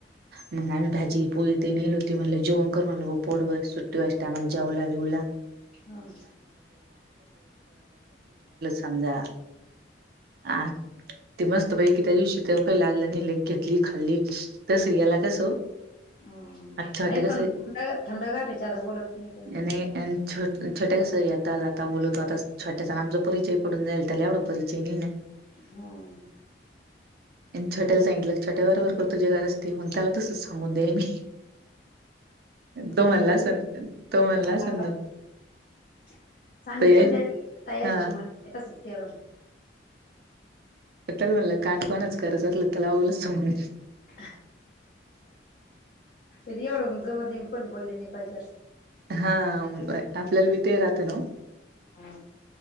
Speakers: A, on the right (about 55°); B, on the left (about 45°).
A: मग आम्ही भाजी पोळी ते नेल होती म्हण जेण कर म्हणल पोटभर सुट्टी व्हायच्या टाईमा
B: हम्म
A: <unintelligible> समजा अ ते मस्त पहि कि त्या दिवशी ते काही लागल्या आणि लेक घेतली खाल्ली तस याला कसं हो
B: हम्म
A: अच्छा
B: नाही
A: ते कसंआ
B: पण थंडगार आहे ज्यादा बोलत नाही काही नाही
A: छोटे कसे छोटे कसे आता आता बोलतो आता छोट्याण आमचा परिचय पडून जाईल त्याला एवढा परिचय नाही ना.
B: हम्म
A: छोट्याला सांगितलं छट्यावरवरर करतो जेगार असते मग त्याला तसच सांगू दे मी तो
B: हे
A: म्हणला
B: सांगत
A: असन तो म्हणला
B: हा
A: असन
B: सांगत
A: ना
B: सांगितलं
A: तर येईल
B: ना त्या तयाशशी
A: हा
B: म्हण य <inaudible>
A: त्याला म्हणलं काणकोणाच करायचं असल त्याला आवलंच सांगून
B: क एवढं मग ज मध्ये मी पण बोलले नाही पाहिजे असं
A: हा आपल्याला ब ते राहत ना
B: हा.